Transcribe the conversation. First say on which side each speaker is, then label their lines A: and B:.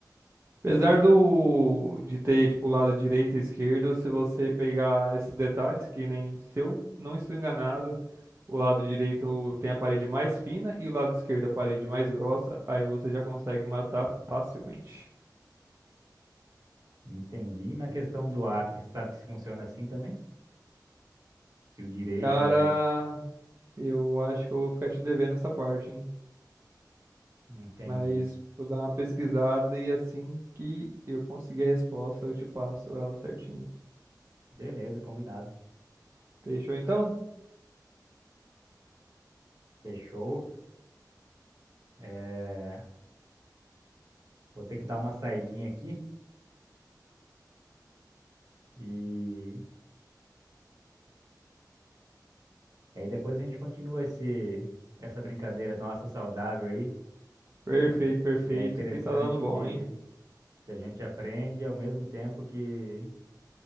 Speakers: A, on the right; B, on the right.
A: Apesar do de ter tipo lado direito e esquerdo, se você pegar esses detalhes, que nem se eu não estou enganado, o lado direito tem a parede mais fina e o lado esquerdo a parede mais grossa, aí você já consegue matar facilmente.
B: Entendi. E na questão do átrio, você sabe que se funciona assim também? Se o direito
A: Cara,
B: é.
A: eu acho que eu vou ficar te devendo essa parte, hein?
B: Entendi.
A: Mas vou dar uma pesquisada e assim que eu conseguir a resposta, eu te passo ela certinho.
B: Beleza, combinado.
A: Fechou então?
B: Fechou. É, vou ter que dar uma saidinha aqui e, e aí depois a gente continua esse, essa brincadeira nossa saudável aí,
A: Perfeito, perfeito,
B: que é interessante
A: que tá dando bom,
B: que
A: hein?
B: que a gente aprende ao mesmo tempo que,